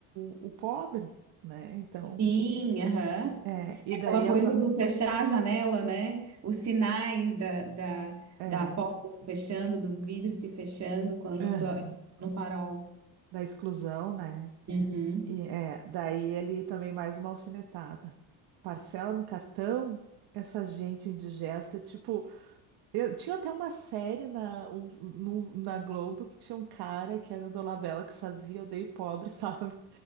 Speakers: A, on the right (about 65°); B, on the right (about 40°).
A: o, o pobre, né? Então,
B: Sim, aham.
A: é, e
B: É Aquela
A: daí
B: coisa
A: a, pa-
B: do fechar a janela, né? Os sinais da, da,
A: é,
B: da porta se fechando, do vidro se fechando quando
A: aham,
B: tô no farol.
A: da exclusão, né?
B: Uhum.
A: E é, daí ele também mais uma alfinetada. Parcela no cartão, essa gente indigesta, tipo, eu tinha até uma série na, um- no- na Globo que tinha um cara que era o Dolabella que fazia Odeio Pobre, <laughs> sabe?